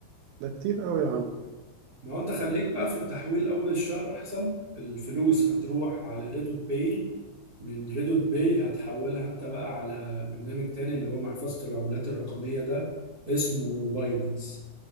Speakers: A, on the right; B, on the right.
A: ده كتير قوي يا عم
B: ما هو انت خليك بقى في التحويل اول الشهر احسن الفلوس هتروح على ريدوت باي من ريدوت باي هتحولها انت بقى على برنامج تاني اللي هو محفظة العملات الرقمية ده اسمه باينانس